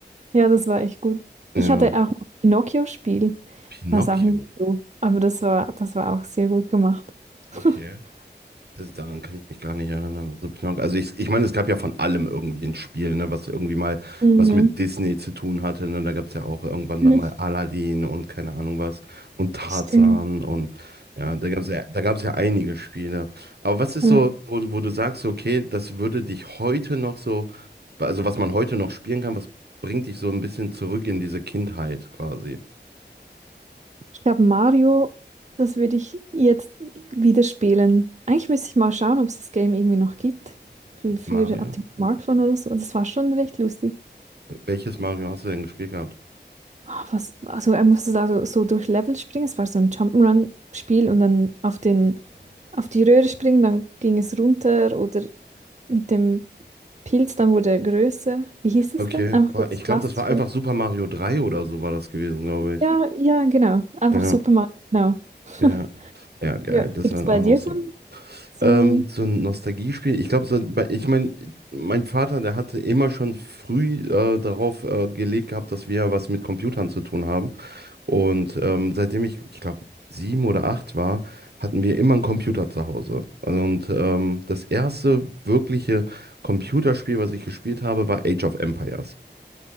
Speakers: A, on the right; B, on the right.
A: Ja, das war echt gut.
B: Ja.
A: Ich hatte auch noch ein Pinocchio-Spiel.
B: Pinocchio.
A: Ich weiß auch nicht so. Aber das war, das war auch sehr gut gemacht. <laughs>
B: Okay. Das, daran kann ich mich gar nicht erinnern. Also, genau- also ich, ich meine, es gab ja von allem irgendwie ein Spiel, ne, was irgendwie mal
A: Mhm.
B: was mit Disney zu tun hatte. Ne? Da gab es ja auch irgendwann
A: Mhm.
B: dann mal Aladdin und keine Ahnung was und Tarzan
A: Stimmt.
B: und ja, da gab es ja, da gab es ja einige Spiele. Aber was ist
A: Mhm.
B: so, wo, wo du sagst, so, okay, das würde dich heute noch so, also was man heute noch spielen kann, was bringt dich so ein bisschen zurück in diese Kindheit quasi?
A: Ich glaube, Mario, das würde ich jetzt wieder spielen. Eigentlich müsste ich mal schauen, ob es das Game irgendwie noch gibt. Für, für
B: Mario?
A: auf dem Smartphone oder so. Das war schon recht lustig.
B: Welches Mario hast du denn gespielt gehabt?
A: Ah, Was, also er musste da so, so durch Level springen. Es war so ein Jump'n'Run-Spiel und dann auf den, auf die Röhre springen, dann ging es runter oder Mit dem Pilz, dann wurde er größer. Wie hieß es
B: Okay,
A: denn? Einfach
B: Boah,
A: so das
B: ich
A: klassische.
B: glaube, das war einfach Super Mario drei oder so war das gewesen, glaube ich.
A: Ja, ja, genau. Einfach
B: Ja,
A: Superman, genau. <laughs>
B: ja. Ja, geil,
A: Ja.
B: das
A: Gibt
B: war
A: es bei
B: auch
A: dir
B: noch so.
A: so ein, so
B: Ähm,
A: ein...
B: so ein Nostalgiespiel. Ich glaube, so, bei- ich meine, mein Vater, der hatte immer schon früh äh, darauf äh, gelegt gehabt, dass wir was mit Computern zu tun haben. Und ähm, seitdem ich, ich glaube, sieben oder acht war, hatten wir immer einen Computer zu Hause. Und ähm, das erste wirkliche Computerspiel, was ich gespielt habe, war Age of Empires.